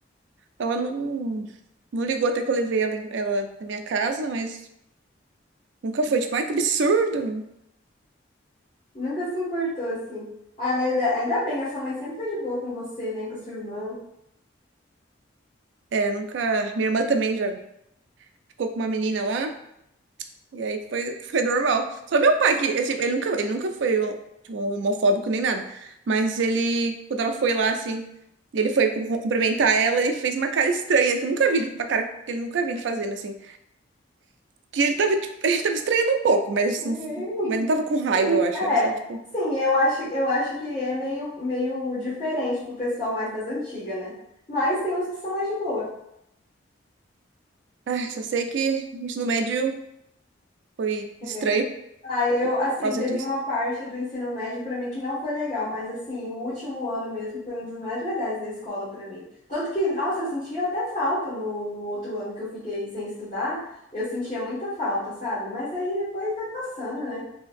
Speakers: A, on the right; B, on the left.
A: Ela não, não ligou até que eu levei ela, em- ela na minha casa, mas nunca foi, tipo, ai, que absurdo.
B: Nunca se importou assim. Ah, mas é- ainda bem, a sua mãe sempre foi de boa com você, né? Com a sua irmã.
A: É, nunca. Minha irmã também já ficou com uma menina lá, e aí foi, foi normal. Só meu pai, que é, tipo, ele nunca, ele nunca foi um, tipo, um homofóbico nem nada. Mas ele, quando ela foi lá, assim, ele foi cum- cumprimentar ela, ele fez uma cara estranha, que eu nunca vi ele, uma cara que ele nunca vi ele fazendo, assim. Que ele tava, tipo, <laughs> ele tava estranhando um pouco, mas
B: <laughs>
A: não, mas não tava com raiva,
B: Ele-
A: eu acho. Era
B: É,
A: só, tipo,
B: sim, eu acho, eu acho que é meio, meio diferente pro pessoal mais das antigas, né? Mas tem uns que são mais de boa.
A: ai, só sei que o ensino médio foi estranho
B: É. Ah, eu, assim,
A: por causa
B: teve
A: disso.
B: uma parte do ensino médio pra mim que não foi legal, mas, assim, o último ano mesmo foi um dos mais legais da escola pra mim. Tanto que, nossa, eu sentia até falta no, no outro ano que eu fiquei sem estudar, eu sentia muita falta, sabe? Mas aí depois vai passando, né?